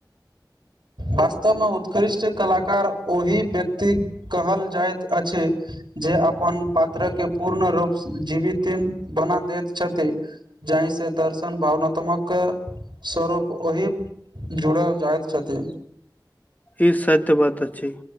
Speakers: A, on the right; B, on the left.
A: वास्तवमे उत्कृष्ट कलाकार ओहि व्यक्ति कहल जाइत अछि जे अपन पात्रके पूर्ण रूपसँ जीविति बना दैत छथि। जाहि से दर्शन भावनात्मक स्वरूप ओहि जुड़ल जाइत छथि।
B: ई सत्य बात अछि।